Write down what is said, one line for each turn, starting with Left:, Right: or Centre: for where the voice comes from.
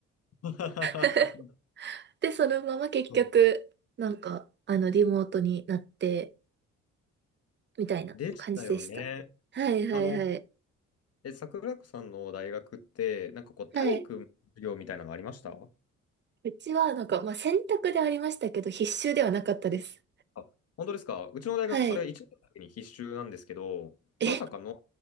Left: ー
Right: <laughs>
Left: <laughs>
Right: で、そのまま結局、
Left: そう
Right: なんか、あの、リモートになって、みたいな感じでした。
Left: でしたよね。
Right: はいはいはい。
Left: あの、え、桜子さんの大学って、なんかこう、体育の授業みたいなのありました
Right: はい。うちは、なんか、まあ、選択でありましたけど、必修ではなかったです。
Left: あ、本当ですか。うちの大学、
Right: はい。
Left: それ1年の時に必修なんですけど、
Right: え、
Left: まさかの